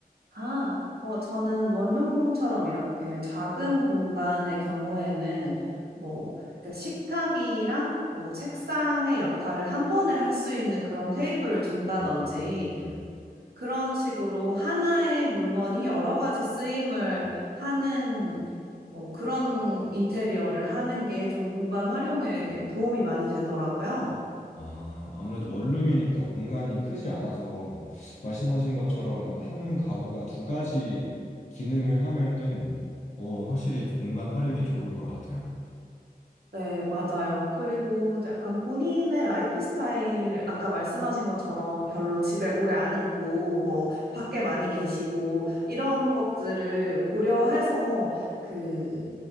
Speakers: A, on the right (about 75°); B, on the left (about 45°).
A: 아, 어, 저는 원룸처럼 이렇게 작은 공간의 경우에는 뭐 그러니까 식탁이랑 뭐 책상의 역할을 한 번에 할 수 있는 그런 테이블을 둔다든지
B: 음,
A: 그런 식으로 하나의 물건이 여러 가지 쓰임을 하는 어, 그런 인테리어를 하는 게 좀 공간 활용에 도움이 많이 되더라고요.
B: 아, 아무래도 원룸이니까 공간이 크지 않아서 말씀하신 것처럼 한 가구가 두 가지 기능을 하면은 어, 확실히 공간 활용이 좋을 것 같아요.
A: 네, 맞아요. 그리고 약간 본인의 라이프 스타일, 아까 말씀하신 것처럼 별로 집에 오래 안 있고, 뭐, 밖에 많이 계시고, 이런 것들을 고려해서 그,